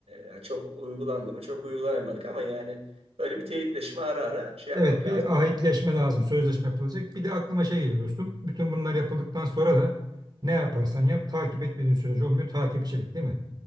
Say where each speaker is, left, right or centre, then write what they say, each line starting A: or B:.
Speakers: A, on the right; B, on the right.
A: yani çok uygulandı mı? Çok uygulanamadık ama yani böyle bir teyitleşme ara ara şey yapmak
B: Evet
A: lazım.
B: bir ahitleşme lazım. Sözleşme yapılacak. Bir de aklıma şey geliyor dostum. Bütün bunlar yapıldıktan sonra da ne yaparsan yap takip etmediğin sürece olmuyor. Takipçilik değil mi?